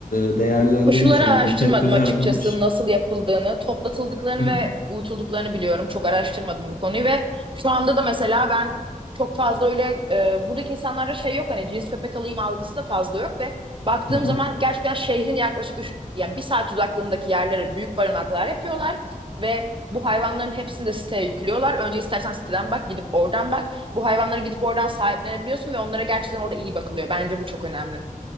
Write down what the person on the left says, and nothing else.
e, değerlendirilmiş,
uygun
tedbirler
alınmış.
Hı
hı.
Hı hı.